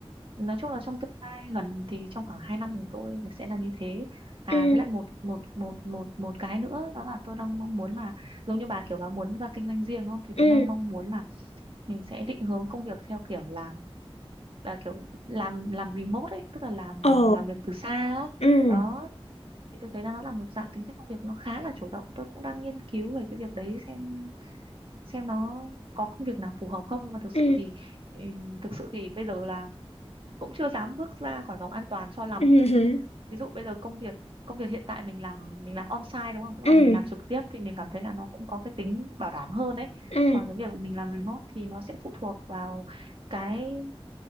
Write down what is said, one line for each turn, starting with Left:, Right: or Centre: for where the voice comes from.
Right: nói chung là trong tương lai gần thì trong khoảng 2 năm của tôi sẽ là như thế à
Left: ừ,
Right: với lại một một một một một cái nữa đó là tôi đang mong muốn là giống như bà kiểu bà muốn ra kinh doanh riêng đúng không thì
Left: ừ,
Right: tôi đang mong muốn là mình sẽ định hướng công việc theo kiểu là bà kiểu làm làm remote ấy tức là làm
Left: ồ
Right: làm việc từ xa á.
Left: ừ,
Right: đó thì tôi thấy là nó là một dạng tính cách công việc nó khá là chủ động tôi cũng đang nghiên cứu về cái việc đấy xem xem nó có công việc nào phù hợp không nhưng mà thực
Left: ừ,
Right: sự thì ừ, thực sự thì bây giờ là cũng chưa dám bước ra khỏi vòng an toàn cho lắm
Left: ừ, ừ,
Right: ví dụ bây giờ công việc công việc hiện tại mình làm mình làm on-site đúng không tức
Left: ừ,
Right: là mình làm trực tiếp thì mình cảm thấy là nó cũng có cái tính bảo đảm hơn đấy
Left: ừ,
Right: còn cái việc mình làm remote thì nó sẽ phụ thuộc vào cái